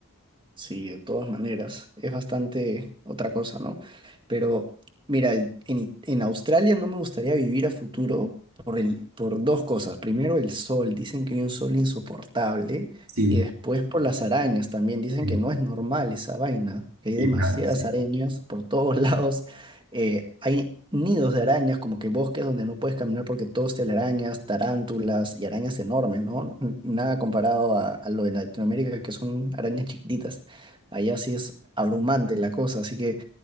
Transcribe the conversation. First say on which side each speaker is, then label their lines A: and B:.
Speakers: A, on the right; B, on the right.
A: Sí, de todas maneras, es bastante otra cosa, ¿no? Pero mira, en, I- en Australia no me gustaría vivir a futuro por el, por dos cosas. Primero, el sol, dicen que hay un sol insoportable,
B: Sí.
A: y después por las arañas también, dicen
B: sí,
A: que no es normal esa vaina, que hay
B: Y
A: demasiadas
B: claro, sí.
A: arañas por todos <laughs> lados. Eh, hay nidos de arañas, como que bosques donde no puedes caminar porque todos te arañas, tarántulas y arañas enormes, ¿no? N- Nada comparado a, a lo de Latinoamérica, que son arañas chiquititas. Allá sí es abrumante la cosa, así que